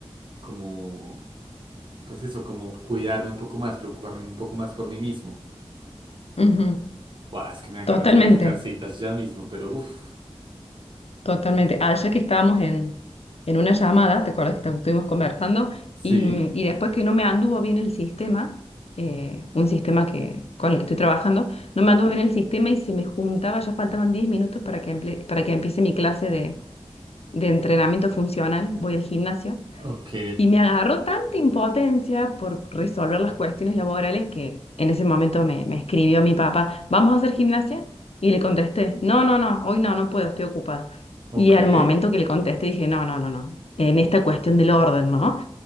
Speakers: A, on the right; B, on the left.
A: como, pues eso, como cuidarme un poco más, preocuparme un poco más por mí mismo.
B: Ujú,
A: Buah, es que me dan
B: Totalmente.
A: ganas de ir a sacar citas ya mismo, pero uff.
B: Totalmente. Ah, Ayer que estábamos en, en una llamada, ¿te acuerdas que esta- estuvimos conversando? Y,
A: Sí.
B: mm, y después que no me anduvo bien el sistema, eh, un sistema que, con el que estoy trabajando, no me anduvo bien el sistema y se me juntaba, ya faltaban 10 minutos para que, emple- para que empiece mi clase de, de entrenamiento funcional. Voy al gimnasio
A: Ok.
B: y me agarró tanta impotencia por resolver las cuestiones laborales que en ese momento me, me escribió mi papá, ¿vamos a hacer gimnasia? Y le contesté, no, no, no, hoy no, no puedo, estoy ocupada.
A: Ok.
B: Y al momento que le contesté dije, no, no, no, no, en esta cuestión del orden, ¿no?